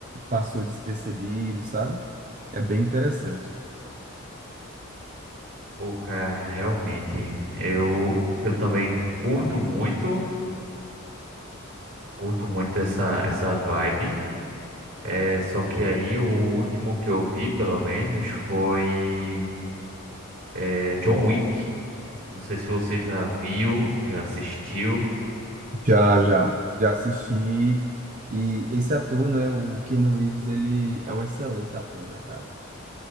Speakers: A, on the right (about 40°); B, on the right (about 65°).
A: passou despercebido, sabe? É bem interessante.
B: Pô, cara, realmente, eu eu também curto muito, curto muito essa essa vibe. É, só que aí o último que eu vi, pelo menos, foi é, John Wick. Não sei se você já viu, já assistiu.
A: Já, já, já assisti. E esse ator, né, o Keanu Reeves, ele é um excelente ator, né, cara?